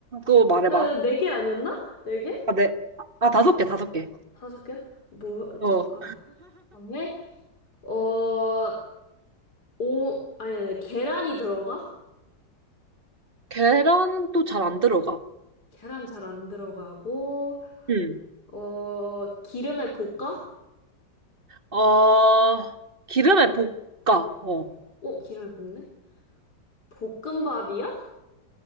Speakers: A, on the right; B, on the left.
A: 또 말해봐.
B: 아, 네개 아니었나? 네 개?
A: 아, 네. 아, 다섯 개, 다섯 개.
B: 다섯 개야? 뭐였지?
A: 어.
B: 아, 그다음에 어, 오, 아니, 아니, 계란이 들어가?
A: 계란은 또 잘 안 들어가.
B: 계란 잘 안 들어가고,
A: 응.
B: 어, 기름에 볶아?
A: 어, 기름에 볶아. 어.
B: 어, 기름에 볶네? 볶음밥이야?